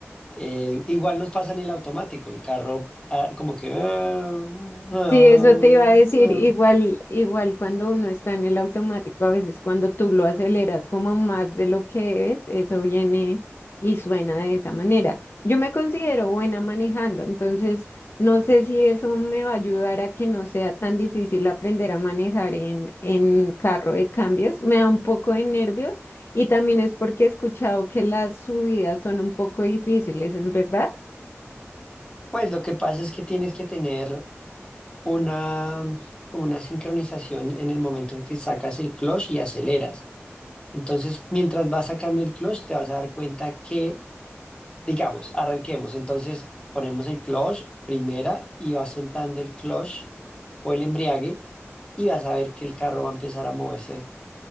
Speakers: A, on the left (about 20°); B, on the left (about 55°).
A: Eh, igual nos pasa en el automático, el carro ah, como que... ah, ah,
B: Sí, eso te iba a decir,
A: ah.
B: igual, igual cuando uno está en el automático, a veces cuando tú lo aceleras como más de lo que es, eso viene y suena de esa manera. Yo me considero buena manejando, entonces no sé si eso me va a ayudar a que no sea tan difícil aprender a manejar en, en carro de cambios. Me da un poco de nervios y también es porque he escuchado que las subidas son un poco difíciles, ¿es verdad?
A: Pues lo que pasa es que tienes que tener una, como una sincronización en el momento en que sacas el clutch y aceleras. Entonces, mientras vas sacando el clutch, te vas a dar cuenta que, digamos, arranquemos. Entonces, ponemos el clutch primera y vas soltando el clutch o el embriague y vas a ver que el carro va a empezar a moverse